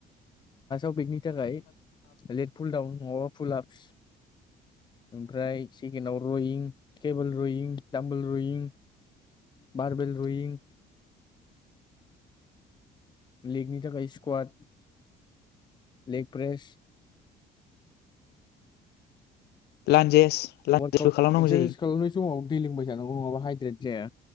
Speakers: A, on the left; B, on the left.
A: <unintelligible> बेकनि थाखाय लेट फुलडाउन न फुलाबस ओमफ्राय सेकेणडआव रयिं टेबोल रयिं दामाबोल रयिं मार्बेल रयिं लेगनि थाखाय स्कवाड लेग प्रेस
B: लान्जेस लान्जेसबो
A: वार्कआउट
B: खालामनांगौ
A: एक्सारसाइस
B: जायो
A: खालामनाय समाव दै लोंबाय थानांगौ नङाबा हाइद्रे जाया